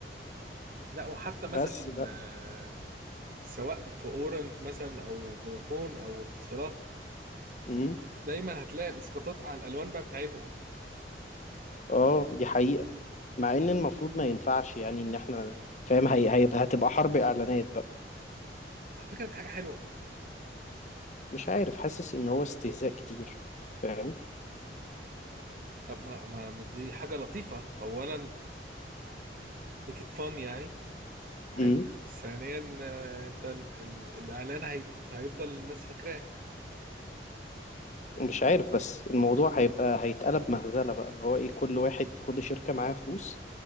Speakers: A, on the right (about 50°); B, on the left (about 40°).
A: لا وحتى مثلا
B: بس بقى
A: آه، سواء في اورنج مثلا او فودافون او اتصالات
B: امم
A: دايما هتلاقي الاسقاطات على الالوان بقى بتاعتهم
B: اه دي حقيقة مع ان المفروض ما ينفعش يعني ان احنا فاهم هي... هي... هتبقى حرب اعلانات بقى
A: على فكره دي حاجه حلوه
B: مش عارف حاسس ان هو استهزاء كتير فاهم
A: طب ما ما ما دي حاجه لطيفه اولا ميك ات فن يعني حلو
B: امم
A: ثانيا آه، انت ال- الاعلان هي- هيفضل الناس فاكراه
B: مش عارف بس الموضوع هيبقى هيتقلب مهزلة بقى اللي هو ايه كل واحد كل شركة معاها فلوس